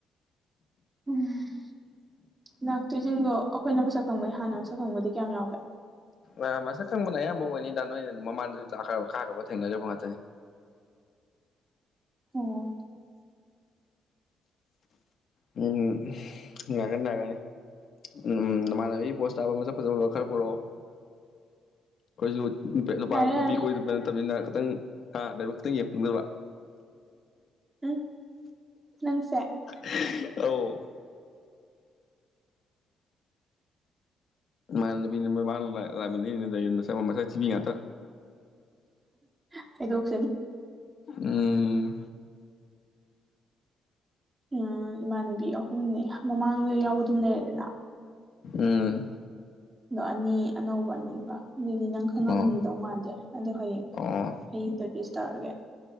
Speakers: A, on the right (about 25°); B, on the left (about 55°).
A: INAUDIBLE ꯂꯥꯛꯇꯣꯏꯖꯤꯡꯗꯣ ꯑꯈꯣꯏꯅ ꯃꯁꯛ ꯈꯪꯕꯗꯤ ꯍꯥꯟꯅ ꯃꯁꯛ ꯈꯪꯕꯗꯤ ꯀꯌꯥꯝ ꯌꯥꯎꯒꯦ
B: ꯑꯥ ꯃꯁꯛ ꯈꯪꯕꯅ ꯑꯌꯥꯝꯕ ꯑꯣꯏꯅꯤꯗ ꯅꯣꯏꯅ ꯃꯃꯥꯡꯗꯁꯨ ꯆꯥꯛꯈ꯭ꯔꯕ ꯈꯥꯈ꯭ꯔꯕ ꯊꯦꯡꯅꯒ꯭ꯔꯤꯕ ꯉꯥꯛꯇꯅꯤ
A: ꯑꯣꯑꯣ
B: ꯎꯝ ꯅꯩꯔꯛꯅꯤ- ꯅꯩꯔꯛꯀꯅꯤ ꯎꯝ ꯅꯃꯥꯟꯅꯕꯤ ꯄꯣꯖ ꯇꯥꯕꯥ ꯃꯁꯛ ꯐꯖꯕ ꯈꯔ ꯄꯨꯔꯛꯑꯣ ꯑꯈꯣꯏꯖꯨ ꯅꯨꯄꯥ
A: ꯌꯥꯔꯦ
B: ꯅꯨꯄꯤ
A: ꯌꯥꯔꯦ
B: ꯀꯣꯏꯕ ꯅꯠꯇꯕꯅꯤꯅ ꯈꯤꯇꯪ ꯍꯥ ꯂꯥꯏꯕꯛ ꯈꯛꯇꯪ ꯌꯦꯡꯅꯤꯡꯢꯕ
A: ꯍꯨꯡꯅꯪꯁꯦ
B: INAUDIBLE ꯃꯅꯥꯅꯕꯤꯅꯦ ꯃꯃꯥꯡ ꯂꯛꯃꯤꯟꯅꯩ ꯅꯦꯅ ꯇꯧꯔꯤꯗꯨꯅ ꯃꯁꯛ ꯊꯤꯕꯤ ꯉꯥꯛꯇꯥ
A: ꯍꯥꯌꯗꯣꯛ
B: ꯎꯪꯎꯪ
A: ꯑꯪꯑꯥ ꯏꯃꯥꯟꯅꯕꯤ ꯑꯍꯨꯝꯅꯦ ꯃꯃꯥꯡꯗ ꯌꯥꯎꯕꯗꯨꯝ ꯂꯩꯔꯦꯗꯅ
B: ꯑꯪꯑꯥ
A: ꯑꯗꯣ ꯑꯅꯤ ꯑꯅꯧꯕ ꯑꯅꯤꯃꯒꯥ ꯑꯗꯨꯗꯤ ꯅꯪ ꯈꯪꯉꯝꯗꯧ
B: ꯑꯣ
A: ꯃꯥꯟꯗꯦ ꯑꯗꯣ ꯍꯌꯦꯡ
B: ꯑꯣ
A: ꯍꯌꯦꯡ ꯏꯟꯇ꯭ꯔꯗ꯭ꯌꯨꯁ ꯇꯧꯔꯒꯦ